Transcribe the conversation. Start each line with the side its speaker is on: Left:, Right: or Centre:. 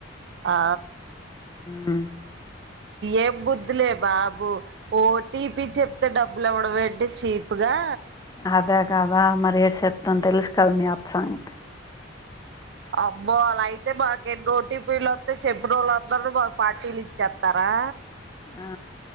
Right: ఆ
Left: మ్
Right: ఏం బుద్ధులే బాబు ఓటీపి చెప్తే డబ్బులువ్వడం ఏంటి చీప్ గా
Left: అదే కాదా మరి ఏడు చెప్తాను తెలుసు కాద మీ అత్త సంగతి
Right: అమ్మోలా అయితే మాకు ఎన్ని ఓటిపి లు వత్తయి చెప్పిన వాళ్ళుందరునీ మాకు పార్టీలు ఇచ్చేస్తారా
Left: ఆ